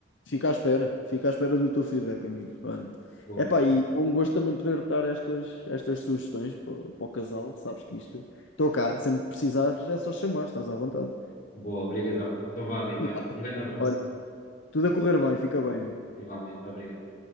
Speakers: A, on the left; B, on the left.
A: Fica à espera. Fica à espera do teu feedback, amigo. Olha.
B: Boa,
A: Epá, e é um gosto também poder dar estas, estas sugestões para, para o casal. Sabes que isto... Estou cá. Sempre que precisares, é só chamar. Estás à vontade.
B: boa, obrigadão. Então vá, amigo.
A: Nada.
B: Olha, um grande abraço.
A: Olha, tudo a correr bem. Fica bem, amigo.
B: Igualmente, obrigado.